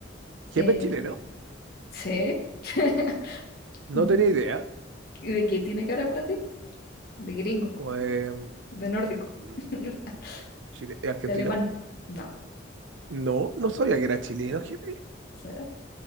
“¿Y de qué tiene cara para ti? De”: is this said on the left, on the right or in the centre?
Left